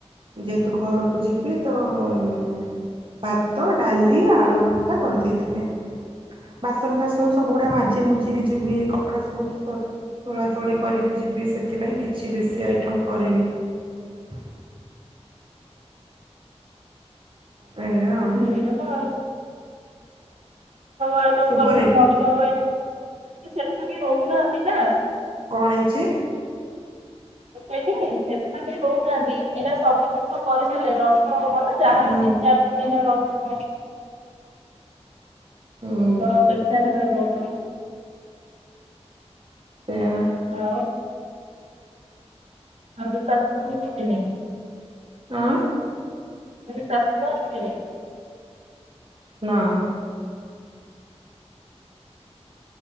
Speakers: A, on the right; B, on the right.
A: ଯେହେତୁ ଘରକୁ ଯିବି ତ ଉମ ଭାତ, ଡାଲି, ଆଳୁଭର୍ତା କରି ଦେଇଥିଲେ। ବାସନ ଫା ହଁ ସବୁଗୁଡା ମାଜିମୁୁଜି ଇ କି ଯିବି କପଡା ସବୁ ତୋଳା ତୋଳି କରିକି ଯିବି ସେଥି ପାଇଁ କିଛି ବେଶୀ ଆଇଟମ୍ କରିନି। ଏଇଆ
B: <unintelligible>
A: ଆଉ
B: <unintelligible> ହାଁ ସବୁ ଆଇଟମ
A: ଶୁଭୁନି
B: କଲୁ ନଷ୍ଟ ହବ ଆଇନ। ସେଠୀ ତ କେହି ରହୁନାହାନ୍ତି ନା।
A: କଣ ହେଇଛି।
B: ମୁ କଇଲି ସେଠି ତ କେହି ରହୁନାହାନ୍ତି ଏଇନା ସବୁ ଜିନିଷ କରିଦଲେ ନସ ଷ୍ଟ ହବ ନା ଜାହଲେ
A: ହୁଁ
B: ତିନି ଚାରି ତିି ଦିନ ଏଇନା ରହି। <inaudible>
A: ହୁଁ
B: ତ କେତେ ଟା ରେ ରହିବ ଘର
A: ସେଇବା
B: ଆଉ ଆଉ ଦିଟା ଅସ୍ତ୍ରୁ ଯିବିନି।
A: ଆଁ।
B: ମୁ କଇଲି ଶାଶୁ ନା ଯିବେନି।
A: ନାମ।